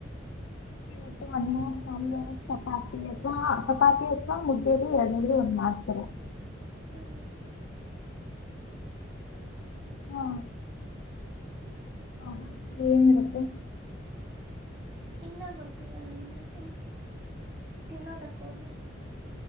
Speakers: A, on the left; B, on the right.
A: ಇವ ಅಣ್ಣ ಸಾಂಬ್ರೆ ಚಪಾತಿ ಅಥವಾ ಚಪಾತಿ ಅಥವಾ ಮುದ್ದಲಿ ಎರಡರಲ್ಲಿ ಒಣ. ಆತರ
B: ಹ್ಮ್
A: ಹಾ ಹ ಏನ್ರುತ್ತೆ
B: ಇನ್ನ ಗೊತ್ತಿಲ್ಲ ನಾನ ಇನ್ನತ್ತನ್ ತಿನ್ನೋದಕ್ಕ ಹೋಗಿ